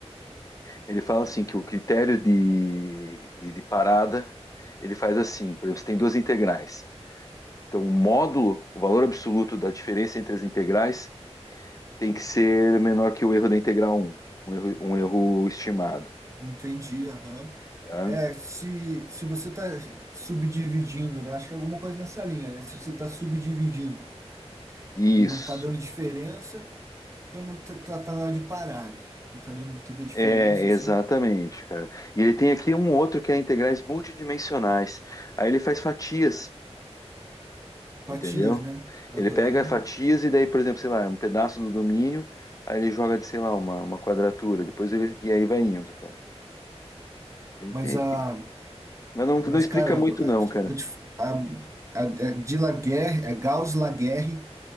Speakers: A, on the left (about 30°); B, on the right (about 25°).
A: Ele fala assim que o critério de, de, de parada, ele faz assim, por exemplo, você tem duas integrais. Então, o módulo, o valor absoluto da diferença entre as integrais tem que ser menor que o erro da integral um um erro, um erro estimado,
B: Entendi, aham.
A: tá?
B: É, se, se você está subdividindo, né? Acho que é alguma coisa nessa linha, né? Se você está subdividindo
A: Isso,
B: e não está dando diferença, então não tá, tá- tá na hora de parar, né? Não está dando tanta diferença
A: é exatamente,
B: assim.
A: cara. E ele tem aqui um outro que é integrais multidimensionais. Aí ele faz fatias.
B: Fatias,
A: entendeu?
B: né? Aham.
A: Ele pega fatias e daí, por exemplo, sei lá, um pedaço do domínio, aí ele joga de, sei lá, uma, uma quadratura, depois ele, e aí vai indo, cara. Ele
B: Mas
A: tem aqui.
B: a
A: Mas não, não
B: Mas,
A: explica
B: cara,
A: muito
B: vou
A: não, cara.
B: te- a, a, a de Laguerre, a Gauss Laguerre,